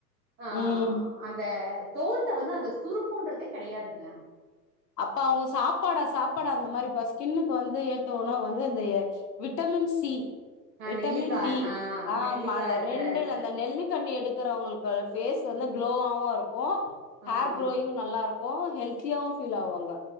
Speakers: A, on the right; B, on the left.
A: ஆ
B: ம்.
A: அந்த தோல்ல வந்து அந்த சுருக்கோன்றதே கெடையாதுங்க
B: அப்ப அவுங்க சாப்பாடா சாப்பாடா அந்த மாரிப்பா ஸ்கின்னுக்கு வந்து ஏத்த உணவு வந்து இந்த விட்டமின் சி
A: ஆ
B: விட்டமின்
A: நெல்லிக்கா
B: டி
A: ஆ
B: ஆம்மா
A: நெல்லிக்கா
B: அந்த
A: இருக்கிற
B: ரெண்டு
A: ச
B: அந்த நெல்லிகனி எடுக்கறவங்ளுக் ஃபேஸ் வந்து குளோவாவுருக்கு
A: ஆ
B: ஹேர் க்ரோயிங்கு
A: ஆ
B: நல்லாருக்கு ஹெல்த்தியாவு பீல் ஆவாங்க